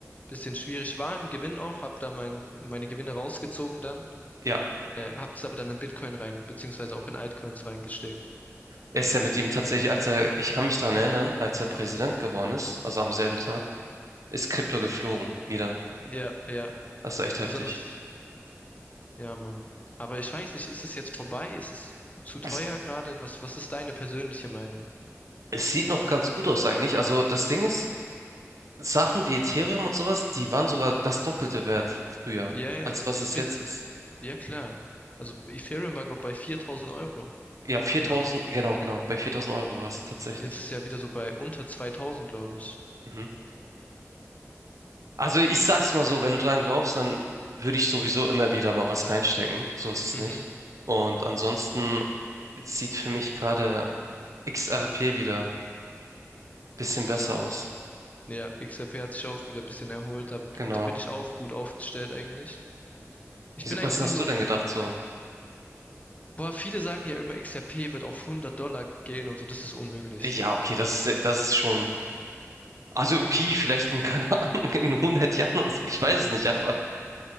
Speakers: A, on the left; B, on the right.
A: bisschen schwierig. War im Gewinn auch, habe da mein, meine Gewinne rausgezogen dann,
B: Ja,
A: äh, habe es aber dann in Bitcoin rein, beziehungsweise auch in Altcoins reingesteckt.
B: er ist ja mit ihm tatsächlich, als er, ich kann mich daran erinnern, als er Präsident geworden ist, also am selben Tag, ist Krypto geflogen wieder.
A: Ja, ja,
B: Das ist echt heftig.
A: besonders, ja, Mann. Aber ich weiß nicht, ist es jetzt vorbei? Ist es zu teuer
B: Es,
A: gerade? Was, was ist deine persönliche Meinung?
B: es sieht noch ganz gut aus eigentlich. Also das Ding ist, Sachen wie Ethereum und sowas, die waren sogar das Doppelte wert früher,
A: Ja, ja,
B: als was
A: aber
B: es
A: bitte,
B: jetzt ist.
A: ja klar. Also Ethereum war, glaube ich, bei 4000 Euro
B: Ja, viertausend,
A: knapp.
B: genau, genau. Bei 4000 Euro war es tatsächlich.
A: Und Jetzt ist ja wieder so bei unter zweitausend glaube ich.
B: Mhm. Also ich sag's mal so, wenn du dran glaubst, dann würde ich sowieso immer wieder mal was reinstecken. So ist es
A: Mhm.
B: nicht. Und ansonsten sieht für mich gerade XRP wieder ein bisschen besser aus.
A: Ja, XRP hat sich auch wieder ein bisschen erholt. Da, bin-
B: Genau.
A: da bin ich auch gut aufgestellt eigentlich. Ich
B: Wieso-
A: bin eigentlich
B: Was hast
A: nur so
B: du denn
A: in,
B: gedacht so?
A: boah, viele sagen ja immer, XRP wird auf 100 Dollar gehen und so, das ist unmöglich.
B: Ja, okay, das ist, das ist schon. Also okay, vielleicht in, keine <laughs> Ahnung, in 100 Jahren oder so, ich weiß es nicht, aber